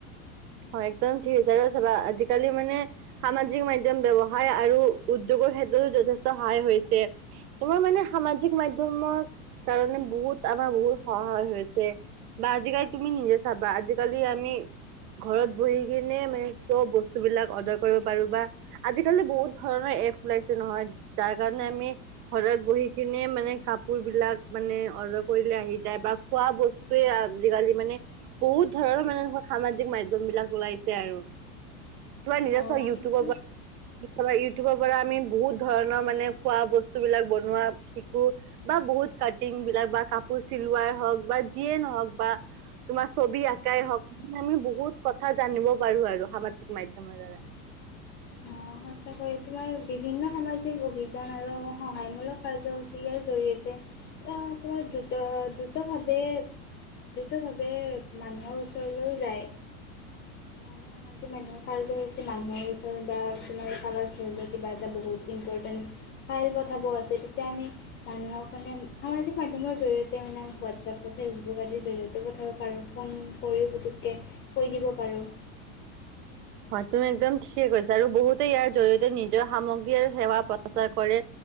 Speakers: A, on the right; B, on the left.
A: হয়, একদম ঠিক আছে আৰু চাবা আজিকালি মানে সামাজিক মাধ্যম ব্যৱসাৰ আৰু উদ্যগৰ ক্ষেত্ৰতো যথেষ্ট সহায় হৈছে। তোমাৰ মানে সামাজিক মাধ্যমৰ কাৰণে বহুত আমাৰ বহুত সহায় হৈছে বা আজিকালি তুমি নিজে চাবা আজি কালি আমি, ঘৰত বহি কিনে মানে চব বস্তু বিলাক অৰ্ডাৰ কৰিব পাৰো বা আজিকালি বহুত ধৰণৰে। এপ ওলাইছে নহয় তাৰ কাৰণে আমি ঘৰত বহি কিনে মানে কাপোৰবিলাক মানে অৰ্ডাৰ কৰিলে আহি যায় বা খোৱা বস্তুৱে আজিকালি মানে বহুত। ধৰৰ মানে এনেকুৱা সামাজিক মাধ্যম বিলাক ওলাইছে আৰু তোমাৰ নিজে
B: অ'
A: চোৱা ইউটিউবৰ
B: সেইটো
A: পৰা তৰা ইউটিউবৰ পৰা আমি বহুত ধৰণৰ মানে খোৱা বস্তু বিলাক বনোৱা শিকো বা বহুত কাটিং বিলাক বা কাপোৰ চিলোৱাই হওঁক বা যিয়ে নহওক বা তোমাৰ ছবি আ শিকাই হওক আমি বহুত কথা জানিব পাৰোঁ আৰু সামাজিক মাধ্যমৰ দ্বাৰা। <inaudible>
B: অ', সঁচাকৈয় তোমাৰ বিভিন্ন সামাজিক অভিযান আৰু সহায়মূলক কাৰ্যসূচী ইয়াৰ জৰিয়তে অ, তোমাৰ দ্ৰুত দ্ৰুতভাৱে দ্ৰুতভাৱে মানুহৰ ওচৰলৈও যায়। মানে আমি সামাজিক মাধ্যমৰ কাৰ্যসূচী মানুহৰ ওচৰত বা তোমাৰ কাৰোবাৰ ধৰি লোৱা কিবা এটা বহুত ইম্পৰ্টেণ্ট ফাইল পঠাব আছে তেতিয়া আমি মানুহক মানে সামাজিক মাধ্যমৰ জৰিয়তে মানে সোৱাদ হোৱাটছআপ, ফেচবুক আদিৰ জৰিয়তে পঠাব পাৰোঁ ফোন কৰিও পুটুকৈ কৈ দিব পাৰোঁ।
A: <inaudible> হয় তুমি একদম ঠিকেই কৈছা আৰু বহুতে ইয়াৰ জৰিয়তে নিজৰ সামগ্ৰী আৰু সেৱা প্ৰচাৰ কৰে।